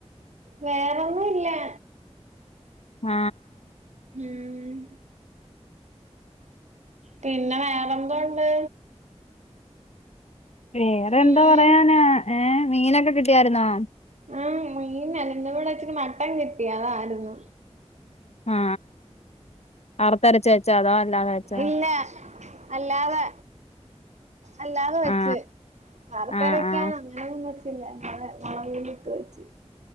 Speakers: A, on the right; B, on the left.
A: വേറൊന്നുമില്ലാ
B: ആ
A: ഉം പിന്നെ വേറെന്തോണ്ട്
B: വേറെന്തോ
A: ഉം
B: പറയാന ഏ മീനൊക്കെ കിട്ടിയാരുന്നോ
A: ആ മീനല്ല ഇവിടെച്ചിരി മട്ടൻ കിട്ടി അതാരുന്നു
B: ആ ആ വറുത്തരച്ച് വെച്ചോ അതോ അല്ലാതെ വെച്ചോ
A: അല്ലാ അല്ലാതെ അല്ലാതെ വെച്ച്
B: ആ
A: വറുത്തരക്കാൻ
B: ആ ആ
A: ഞാനൊന്നും വെച്ചില്ല അല്ലാതെ മൊളകുപൊടിയിട്ടു വച്ച്